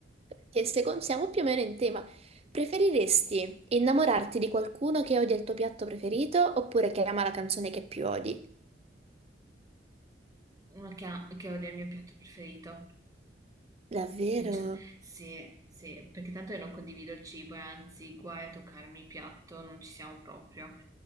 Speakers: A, on the right (about 35°); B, on the right (about 20°).
A: perché secondo siamo più o meno in tema. Preferiresti innamorarti di qualcuno che odia il tuo piatto preferito oppure che ama la canzone che più odi?
B: Uno che, ha- che odia il mio piatto preferito.
A: Davvero?
B: Dice- sì, sì, perché tanto io non condivido il cibo e anzi, guai a toccarmi il piatto, non ci siamo proprio.